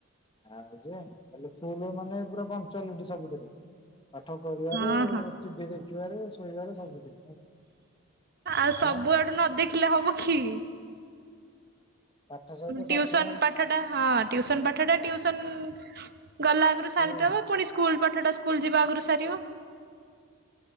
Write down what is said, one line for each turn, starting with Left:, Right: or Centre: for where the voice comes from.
Left: ଆଉ ଯେ <unintelligible> ମାନେ ପୁରା ପକ୍ଚୁଆଲିଟି ସବୁଥିରେ। ପାଠ କରିବାରେ,
Right: ହଁ ହଁ
Left: ଟିଭି ଦେଖିବାରେ ଶୋଇବାରେ ସବୁଥିରେ।
Right: ଆଉ ସବୁଆଡୁ
Left: ହଁ
Right: ନ ଦେଖିଲେ ହବ କି।
Left: ପାଠ ସହିତ
Right: ଟ୍ୟୁସନ୍
Left: ସାଠ ନାଇଁ
Right: ପାଠ ହଁ ଟିୟୁସନ୍ ପାଠଟାଟି ଟିୟୁସନ୍ ଗଲା ଆଗରୁ ସାରିଦବା
Left: ହୁଁ
Right: ପୁଣି ସ୍କୁଲ ପାଠଟା ସ୍କୁଲ ଯିବା ଆଗରୁ ସାରିବ।